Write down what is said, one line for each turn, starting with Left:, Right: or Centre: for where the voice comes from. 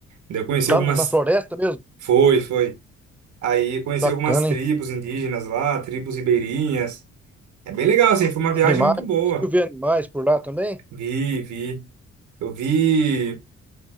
Right: Daí eu conheci algumas.
Centre: Lá na floresta mesmo?
Right: Foi, foi. Aí eu conheci
Centre: Bacana,
Right: algumas tribos
Centre: hein?
Right: indígenas lá, tribos ribeirinhas. É bem legal, assim, foi uma viagem
Centre: Animais,
Right: muito boa.
Centre: conseguiu ver animais por lá também?
Right: Vi, vi. Eu vi